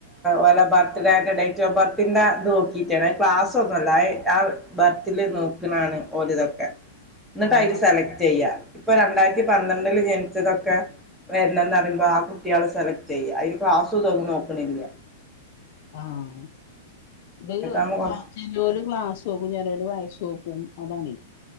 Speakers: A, in the centre; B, on the left.
A: ഓലെ ബർത്ത്ഡേന്റെ ഡേറ്റും ബർത്തിന്റെ അത് നോക്കിയിട്ടാണ് അ് ക്ലാസ് ഒന്നുംഅല്ല ആ ബർത്തിൽ നോക്ക്ണാണ് ഓരിതൊക്കെ എന്നിട്ട്
B: ആ
A: അതില് സെലക്ട് ചെയ്യാ ഇപ്പൊ രണ്ടായിരത്തി പന്ത്രണ്ടില് ജനിച്ചതൊക്കെ വരന്നെന്ന് പറയുമ്പോ ആ കുട്ടികളെ സെലക്ട് ചെയ്യ അതില് ക്ലാസ് ഒന്നു നോക്ക്ണില്ല
B: ആഹ് ഇത്
A: ആകുമ്പോ
B: ചെലോരു ക്ലാസ് നോക്കും ചെലോര് വയസ് നോക്കും അതാണെ